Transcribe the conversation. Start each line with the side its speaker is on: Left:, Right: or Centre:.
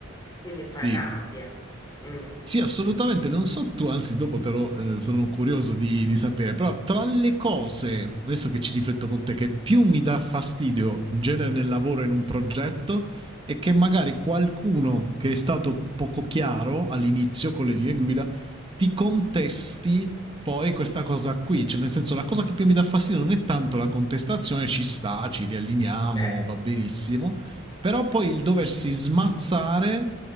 Left: Quindi fa
Right: Sì,
Left: rabbia. Mm.
Right: Sì, assolutamente, non so tu, anzi dopo te lo eh, sono curioso di, di sapere, però tra le cose, adesso che ci rifletto con te, che più mi dà fastidio in genere nel lavoro in un progetto è che magari qualcuno che è stato poco chiaro all'inizio con le linee guida ti contesti poi questa cosa qui, cioè nel senso la cosa che più mi dà fastidio non è tanto la contestazione, ci sta, ci rialliniamo,
Left: Certo.
Right: va benissimo, però poi il doversi smazzare